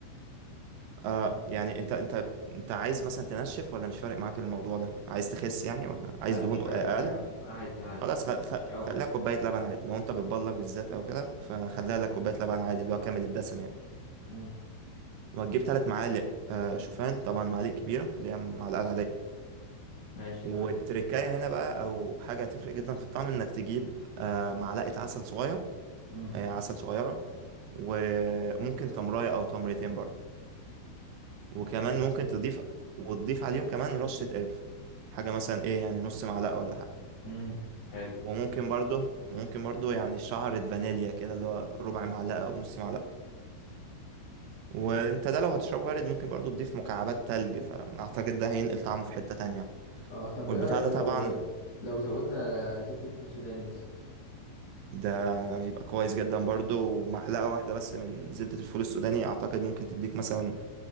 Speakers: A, on the right (about 80°); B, on the left (about 60°).
A: آه يعني انت انت انت عايز مثلا تنشف ولا مش فارق معاك الموضوع ده عايز تخس يعني ولا
B: لا
A: عايز دهون
B: مش
A: اقل
B: فارق معايا أوي. عادي عادي
A: خلاص خل... خل...
B: مش قوي
A: خليها كوباية لبن عادي لو انت بتبلغ بالذات او كده فخليها لك كوباية لبن عادي اللي هو كامل الدسم يعني
B: امم
A: وهتجيب ثلاث معالق آه شوفان طبعا معالق كبيرة اللي هي معلقة العادية
B: ماشي
A: والتركاية
B: تمام
A: هنا بقى او حاجة هتفرق جدا في الطعم انك تجيب آه معلقة عسل صغير
B: امم
A: آه، عسل صغيرة وممكن تمراية أو تمرتين برضه وكمان
B: حلو
A: ممكن
B: ده
A: تضيف وتضيف عليهم كمان رشة قرفة حاجة مثلا إيه يعني نص معلقة ولا حاجة
B: امم حلو
A: وممكن برضه ممكن برضه يعني شعرة فانيليا كده اللي هو ربع معلقة أو نص معلقة وانت ده لو هتشربه بارد ممكن برضه تضيف مكعبات تلج فأعتقد ده هينقل طعمه في حتة تانية يعني.
B: اه طب
A: والبتاع
B: ايه رأيك
A: ده
B: لو
A: طبعا
B: لو زودنا زبدة فول سوداني مثلا
A: ده يبقى كويس جدا برضه ومعلقة واحدة بس من زبدة الفول السوداني أعتقد ممكن تديك مثلا